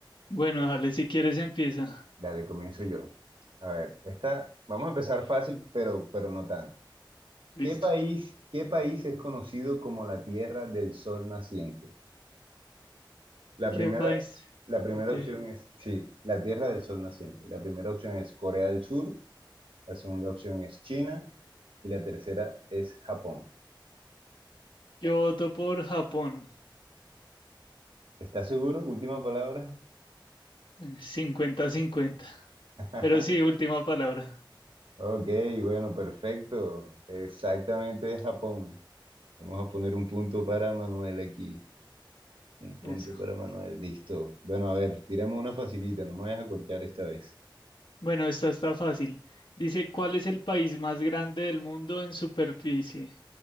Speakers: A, on the left (about 70°); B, on the right (about 85°).
A: Bueno, dale, si quieres empieza.
B: Dale, comienzo yo. A ver, esta, vamos a empezar fácil, pero, pero no tanto.
A: Listo.
B: ¿Qué país, qué país es conocido como la Tierra del Sol Naciente? La
A: ¿Qué
B: primera,
A: país?
B: la primera
A: Ok.
B: opción es, sí, la Tierra del Sol Naciente. La primera opción es Corea del Sur, la segunda opción es China y la tercera es Japón.
A: Yo voto por Japón.
B: ¿Estás seguro? Última palabra.
A: Eh, cincuenta 50
B: <laughs>
A: Pero sí, última palabra.
B: Ok, bueno, perfecto. Exactamente es Japón. Vamos a poner un punto para Manuel aquí. Un punto
A: Eso.
B: para Manuel, listo. Bueno, a ver, tiramos una facilita, no me vayas a corchar esta vez.
A: Bueno, esta está fácil. Dice, ¿cuál es el país más grande del mundo en superficie?